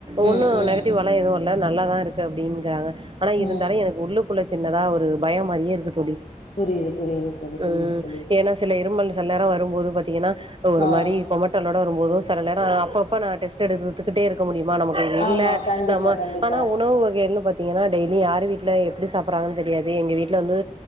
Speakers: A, on the right; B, on the left.
A: ஒன்னும்
B: ம் ம்
A: நெகிட்டிவலா எது இ எல்லாம் நல்லதா இருக்கு அப்படிக்கிறாங்க ஆனா இருந்தாலு
B: ம்
A: உள்ளக்குள்ள சின்னதா ஒரு பயம் மாரியே இருக்கு தோழி
B: புரியுது புரியுது தோழி
A: ம்
B: புரியுது தோழி
A: ஏன்னா சில இரும்பல்கல்ல நேர போது பாத்தீங்கன்னா ஒரு
B: ஆ
A: மாரி கொமட் டலோடு வரும்போது சில நேர அப்பப்ப நா டெஸ்ட் எடுத்துக்கிட்டே இருக்க முடி மா நமக்கு
B: ஆமா
A: இல்ல
B: கண்டிப்பா
A: நாம
B: கண்டிப்பா
A: ஆனா உணவு வகைகள் பாத் இப்படியே தா டெய்லி யாரு வீட்டுல எப்படி சாப்பறாங்கு தெரியாது எங்க வீட்ல வந்து